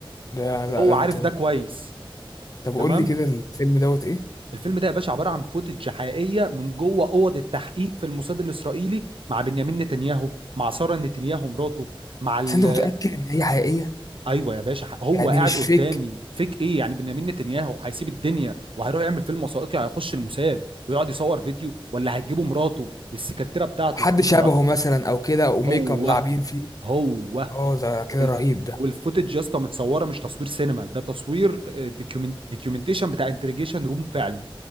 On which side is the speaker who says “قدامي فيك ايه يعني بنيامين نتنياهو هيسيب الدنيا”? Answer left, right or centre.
Right